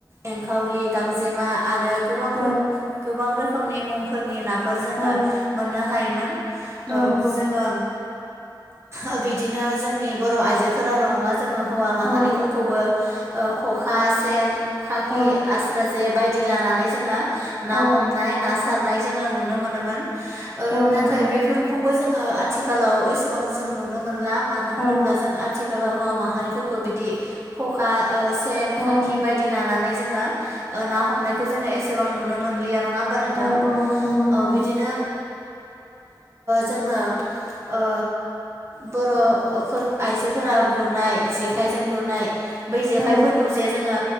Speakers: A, on the right; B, on the left.
A: एंखावरि, गांजेमा आरो गोबां
B: औ
A: रो रोखोमनि मुंफोरनि नाफोर जोङो
B: औ
A: मोननो हायोमोन ओ
B: नंगौ
A: जोङो ओ बिदिनो जोंनि बर' आइजोफोराल' नङा जोङो हौवा माहारिफोरखौबो
B: औ
A: ओ खखा, सेन, खाखि,
B: औ
A: आस्रा जे बाय दि लानानै जोङो
B: औ
A: ना हमनाय ना सारनाय जोङो नुनो मोनोमोन ओ
B: औ नंगौ
A: नाथाय बेफोरखौबो जोङो आथिखालाव एसेबां जों नुनो मोनला मानो होनोब्ला
B: औ
A: जों आथिखालाव हौवा माहारिफोरखौ बिदि खखा सेन, खाखि
B: औ
A: बायदि लानानै जोङो ना हमनायखौ जोङो एसेबां नुनो मोनलिया नङा हबा नोंथां
B: औ नंगौ नोंथां
A: बिदिनो जोङो ओ बर'फोर आइजोफोरा गुरनाय जेखाइजों गुरनाय बै जेखायफोरखौ
B: औ
A: जे जोङो